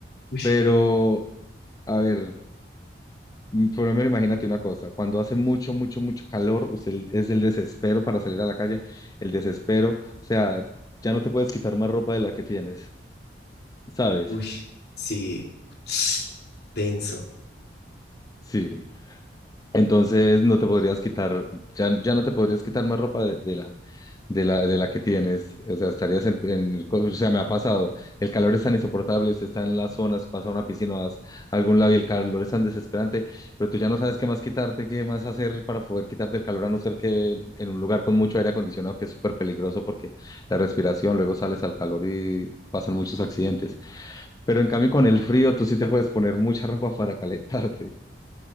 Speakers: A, on the left; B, on the left.
A: Uy,
B: pero a ver, mm, por lo menos imagínate una cosa, cuando hace mucho, mucho, mucho calor, usted es el desespero para salir a la calle, el desespero, o sea, ya no te puedes quitar más ropa de la que tienes, ¿sabes?
A: uy. Sí, <sniffs> denso.
B: Sí, Entonces no te podrías quitar, ya, ya no te podrías quitar más ropa de, de la, de la, de la que tienes. O sea, estarías en, en el, co- o sea, me ha pasado, el calor es tan insoportable, usted está en las zonas, pasa a una piscina, vas a algún lado y el calor es tan desesperante, pero tú ya no sabes qué más quitarte, qué más hacer para poder quitarte el calor, a no ser que en un lugar con mucho aire acondicionado, que es súper peligroso porque la respiración, luego sales al calor y pasan muchos accidentes. Pero en cambio con el frío, tú sí te puedes poner mucha <laughs> ropa para calentarte.